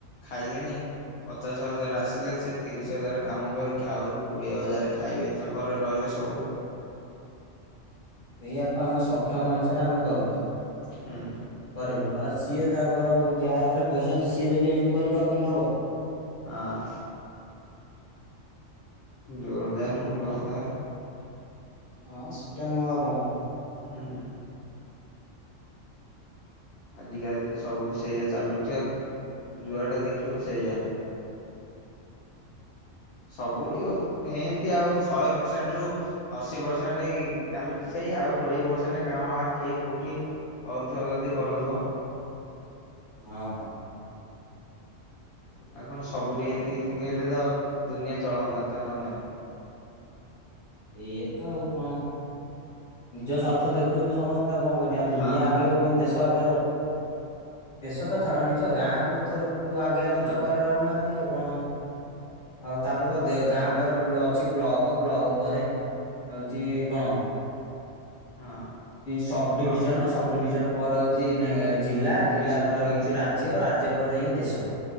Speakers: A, on the left (about 60°); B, on the left (about 40°).
A: ଖାଇଲେଣି। ପଚାଶ ହଜାର ଆସିଲେ ସେ ତିରିଶ ହଜାର କାମ କରିକି ଆହୁରି କୋଡ଼ିଏ ହଜାର ଖାଇବେ ଚକରେ ରହିଲେ ସବୁ।
B: ଏଇଆପ ଆମେ ସକ୍ଷମ ଅନୁସାରେ ଆମେ କରୁଚେ।
A: ହୁଁ।
B: କରିବୁ ଆଉ ସିଏ ତାଙ୍କର ଯାହା ହାତରେ ପଇସା ଅଛି ସିଏ ଯଦି ଏମିତି କରିବା ଆଉ କେମତି ହେବ?
A: ହଁ। ଜୋରଦାର ମୁଲତାର।
B: ହଁ ସେଟା ନୂଅ ଆଉ କଣ?
A: ହୁଁ। ଆଜିକାଲି ତ ସବୁଠି ସେଇଆ ଚାଲୁଚି ଆଉ ଯୁଆଡେ ଦେଖିବ ସେଇଆ। ସବୁଠି ଏମତି ଆଉ ଶହେ ପରସେଣ୍ଟ ରୁ ଅଶୀ ପରସେଣ୍ଟ ଚାଲୁଚି ସେଇ ଆଉ କୋଡିଏ ପରସେଣ୍ଟ କାଁ ବା କିଏ କୋଉଠି କରୁଥିବ ଯଦି କରୁଥିବ।
B: ହଁ ହଁ।
A: ଆଉ କଣ ସବୁଠେ ଏମତି ହେଲେ ତ ଦୁନିଆ ଚଳନ୍ତା ଚାଲନ୍ତାନି।
B: ଏଇଏ ତ ଆଉ କଣ ନିଜ ସ୍ୱାର୍ଥ ଦେଖୁଚନ୍ତି ସମସ୍ତେ ଆଉ କଣ କରି ଦୁନିଆ
A: ହଁ
B: ଆଗେଇବ କହିଁତି ଦେଶ ଆଗେଇବ ଦେଶ ତ ଛାଡନିଜ ଗାଁ କକୁ ତ କୁ ଆଗେ ଆଗକୁ
A: ହଁ
B: ଚକରରେ ରହୁନାହାନ୍ତି ଆଉ କଣ ଆଉ ତାପରେ ତ ଗାଁ ପରେ ଅଛି ବ୍ଲକ ବ୍ଲକ ପରେ ହଉଚି କଣ
A: ହଁ
B: ସବ
A: ବ୍ଲକ
B: ଡିଭିଜନ ସବ
A: ହୁଁ
B: ଡିଭିଜନ ପରେ ହଉଚି ଜିଲ୍ଲା ଜିଲ୍ଲା
A: ଡିଷ୍ଟ୍ରିକ୍ଟ
B: ପରେ ହଉଚି ରାଜ୍ୟ ଝିଅ ରାଜ୍ୟ ଉପରେ ଯାଇକି ଦେଶ।